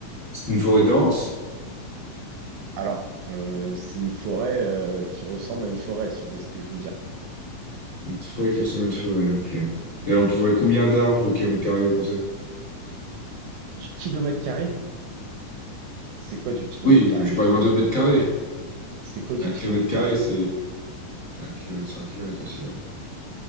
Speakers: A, on the left; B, on the right.
A: c'est une forêt dense.
B: Alors, euh, c'est une forêt euh, qui ressemble à une forêt, si vous voyez ce que je veux dire.
A: Une forêt qui ressemble à une forêt, ok. Et on trouverait combien d'arbres au kilomètre carré, vous pensez?
B: Du kilomètre carré? C'est quoi du kilomètre
A: Oui,
B: carré?
A: euh, j'ai pas demandé au mètre carré.
B: C'est quoi du
A: Un
B: kilomètre
A: kilomètre carré,
B: carré?
A: c'est c'est un kilomètre sur un kilomètre aussi. euh.